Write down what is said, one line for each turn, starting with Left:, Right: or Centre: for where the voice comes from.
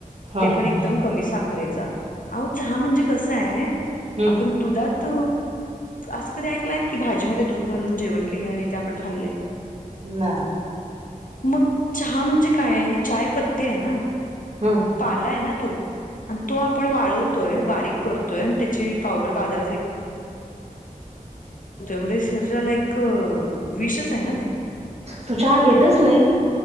Right: हा
Left: ते
Right: हा
Left: पण एकदम
Right: हा
Left: कमी साखरेचा अहो चहा म्हणजे कस आहे
Right: हम्म
Left: आपण दुधात असं कधी ऐकलंय की भाजी म दूध घालून जेवण केले आणि ते आपण खाल्ले
Right: नाही
Left: मग चहा म्हणजे काय आहे ही चाय पत्ती आहे ना
Right: हम्म
Left: पाला आहे ना तो आणि तो आपण वाळव त्याड त्या द घा शरीराला एक विषच आहे ना ते
Right: तु चाहा घेतच नाही